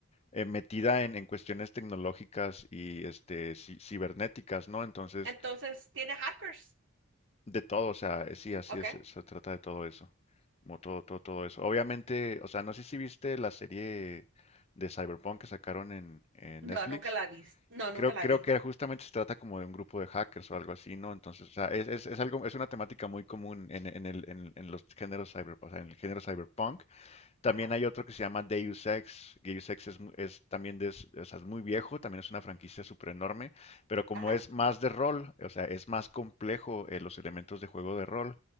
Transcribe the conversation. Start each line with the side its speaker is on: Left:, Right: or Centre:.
Left: eh, metida en, en cuestiones tecnológicas y este, ci- cibernéticas, ¿no? Entonces,
Right: Entonces, ¿tiene hackers?
Left: de todo, o sea, eh, sí, así
Right: Okay.
Left: es, se trata de todo eso, como todo, todo, todo eso. Obviamente, o sea, no sé si viste la serie de Cyberpunk que sacaron en, en
Right: No,
Left: Netflix.
Right: nunca la vi. No, nunca
Left: Creo,
Right: la
Left: creo
Right: vi.
Left: que justamente se trata como de un grupo de hackers o algo así, ¿no? Entonces, o sea, es, es, es algo, es una temática muy común en, en el, en, en los géneros cyber, o sea, en el género cyberpunk. También
Right: Ajá.
Left: hay otro que se llama Deus Ex. Deus Ex es, es también de, es es muy viejo, también es una franquicia súper enorme, pero como
Right: Ajá.
Left: es más de rol, o sea, es más complejo eh, los elementos de juego de rol,